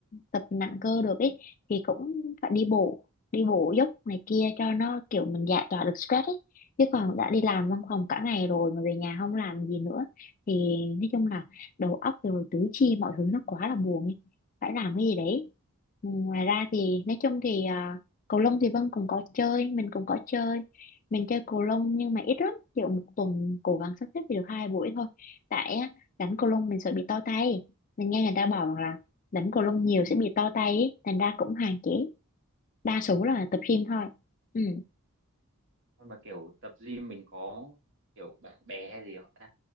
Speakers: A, on the left; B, on the right.
A: tập nặng cơ được ấy thì cũng phải đi bộ, đi bộ dốc này kia cho nó kiểu mình giải tỏa được stress ấy. Chứ còn đã đi làm văn phòng cả ngày rồi mà về nhà không làm gì nữa thì nói chung là đầu óc rồi tứ chi mọi thứ nó quá là buồn ấy. Phải làm cái gì đấy. Ừ, Ngoài ra thì nói chung
B: Ừ.
A: thì ờ, cầu lông thì Vân cũng có chơi mình cũng có chơi mình chơi cầu lông nhưng mà ít lắm kiểu một tuần cố gắng sắp xếp thì được hai buổi thôi tại á, đánh cầu lông mình sợ bị to tay mình nghe người ta bảo rằng là đánh cầu lông nhiều sẽ bị to tay ấy. thành ra cũng hạn chế đa số là tập gym
B: ừ.
A: thôi ừ
B: Còn mà kiểu tập gym mình có kiểu bạn bè hay gì không ta